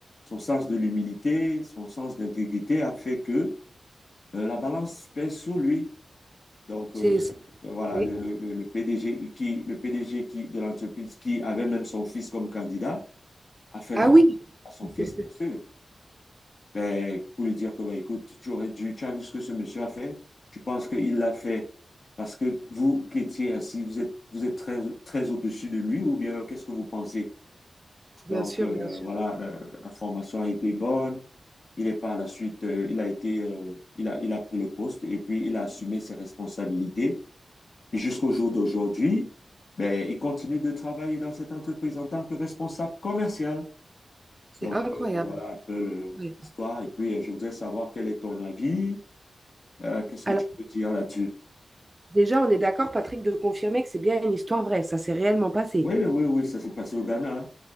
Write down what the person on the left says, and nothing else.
son sens de l'humilité, son sens d'intégrité a fait que euh, la balance pèse sur lui. Donc,
euh,
le- voilà,
le, le, le le PDG qui, le PDG qui, de l'entreprise qui avait même son fils comme candidat a fait
la,
à son
fils, bien sûr, ben, pour lui dire que, ben, écoute, tu aurais dû, tu as vu ce que ce monsieur a fait, tu penses qu'il l'a fait parce que vous qui étiez assis, vous êtes, vous êtes très, très au-dessus de lui ou bien qu'est-ce que vous pensez?
Donc
euh,
voilà, la, la formation a été bonne. Il est par la suite, euh, il a été, euh, il a, il a pris le poste et puis il a assumé ses responsabilités. Et jusqu'au jour d'aujourd'hui, ben, il continue de travailler dans cette entreprise en tant que responsable commercial.
Donc
euh, voilà un peu le-
l'histoire. Et puis euh, je voudrais savoir quel est ton avis. Euh, qu'est-ce que
tu peux dire là-dessus?
Oui, oui, oui, ça s'est passé au Ghana. hein.